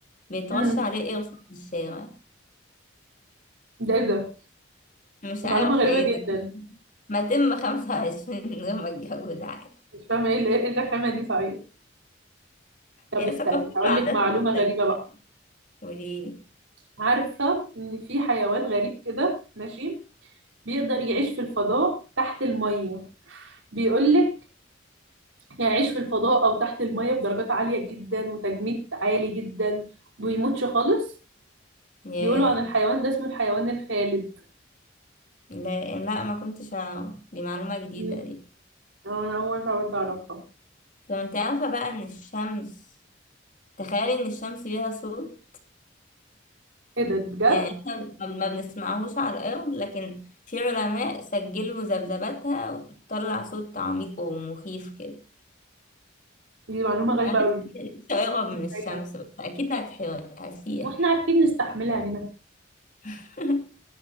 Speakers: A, on the left; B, on the right.
A: بيترش
B: امم
A: عليه قرفة في الشارع
B: ده ايه ده
A: مش
B: دي
A: عارفة
B: معلومه غريبه
A: ايه
B: جدا
A: ده ما تم 25 من غير ما اتجوز عادي
B: مش فاهمه ايه ال- ايه الرخامه دي صحيح طب
A: هي
B: استني
A: ثقافات
B: هقول
A: وعادات
B: لك معلومه
A: مختلفة
B: غريبه بقى
A: قوليلي
B: عارفه ان في حيوان غريب كده ماشي بيقدر يعيش في الفضاء تحت الميه بيقول لك يعني يعيش في الفضاء أو تحت المية بدرجات عالية جدا وتجميد عالي جدا بيموتش خالص
A: ياه
B: بيقولوا عن الحيوان ده اسمه الحيوان الخالد
A: لا لا ما كنتش أعرف دي معلومة جديدة
B: مم.
A: دي
B: أه، أنا أول مرة برضه أعرفها
A: طب انت عارفة بقى ان الشمس تخيلي ان الشمس ليها صوت
B: إيه ده بجد؟
A: يعني احنا ما ما بنسمعهوش على الأرض لكن في علماء سجلوا ذبذباتها وبتطلع صوت عميق ومخيف كده
B: دي معلومة غريبة
A: أنا
B: أوي
A: نفسي نفسي أقرب من
B: إزاي
A: الشمس
B: يعني؟
A: بس أكيد هتحير هسيح
B: وإحنا عارفين نستحملها هنا
A: <laughs>